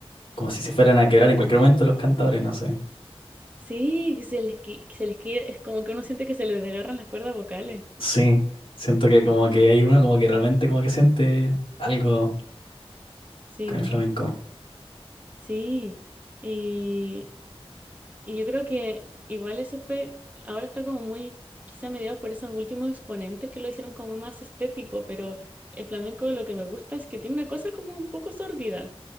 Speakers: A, on the left (about 60°); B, on the right (about 15°).
A: como si se fueran a quebrar en cualquier momento los cantadores, no sé.
B: Sí, que se les, qui- que se les quie- es como que uno siente que se les desgarran las cuerdas vocales.
A: Sí, siento que como que hay uno como que realmente como que siente algo
B: Sí,
A: con el flamenco.
B: sí. y Y yo creo que igual eso fue, ahora está como muy, quizá mediado por esos últimos exponentes que lo hicieron como más estético, pero el flamenco lo que me gusta es que tiene una cosa como un poco sórdida,